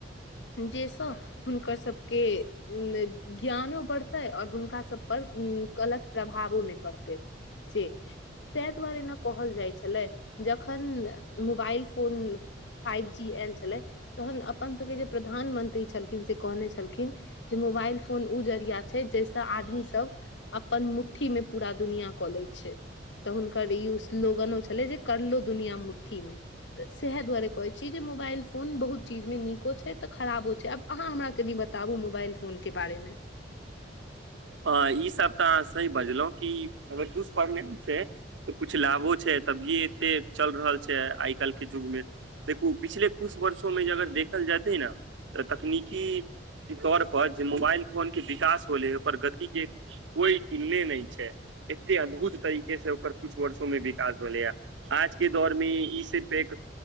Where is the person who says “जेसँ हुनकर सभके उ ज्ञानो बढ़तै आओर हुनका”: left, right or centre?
Left